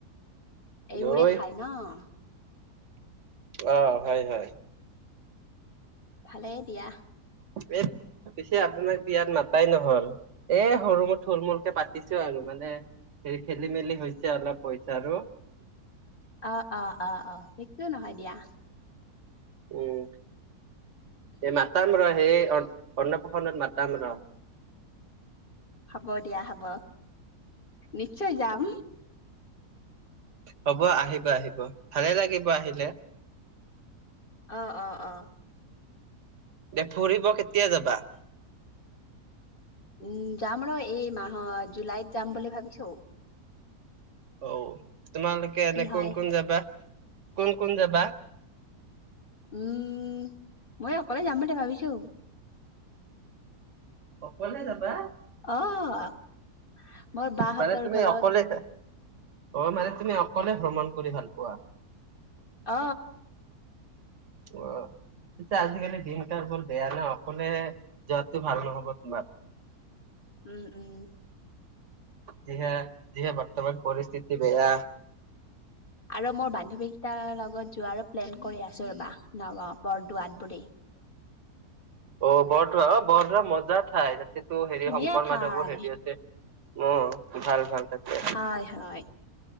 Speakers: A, on the left; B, on the right.
A: এই
B: দৈ
A: বোৰেই খায় ন।
B: অ, হয় হয়।
A: ভালেই দিয়া।
B: <inaudible> <unintelligible> পিছে আপোনাক বিয়াত মাত এই মাতাই নহল, এ সৰু মোৰ থুল মূলকে পাতিছো আৰু। মানে হেৰি খেলি মেলি হৈছে অলপ পইচাৰু
A: অ অ অ অ, একোৱে নহয় দিয়া।
B: উম। এ মাতা লোৱা সেই অন্নপ্ৰশন্নত মাতাম ৰ,,
A: হ'ব দিয়া হ'ব নিশ্চয় যাম।
B: হ'ব আহিব আহিব ভালে লাগিব আহিলে।
A: অঁ অঁ।
B: দে ফুৰিব কেতিয়া যাবা?
A: উম যাম আৰু এই মাহৰ জুলাইত যাম বুলি ভাবিছোঁ।
B: অ তোমালোকে এনে
A: হয়
B: কোন কোন যাবা। কোন কোন যাবা
A: উম মই অকলে যাম বুলি ভাবিছোঁ
B: অকলে যাবা
A: অ মোৰ বাহঁতৰ
B: মানে তুমি
A: ঘৰত
B: অকলেই অ মানে তুমি অকলে ভ্ৰমণ কৰি ভাল পোৱা?
A: অ
B: অ পিছে আজিকালি দিন কাল বৰ বেয়া ন, অকলে যোৱাটো ভাল নহ'ব তোমাৰ।
A: উম উম
B: যিহে, যিহে বৰ্তমান পৰিস্থিতি বেয়া
A: আৰু মোৰ বান্ধৱীকেটাৰ লগত যোৱাৰ প্লেন কৰি আছো ৰবা নগাওঁ বৰদোৱাত। বুলি
B: অ' বৰদোৱা বৰদোৱা মজা ঠাইত। সেটো হেৰি
A: ধুনীয়া
B: শংকৰ
A: ঠাই
B: মাধৱৰ হেৰি আছে। উম, ভাল ভাল। তাতে
A: হয় হয়।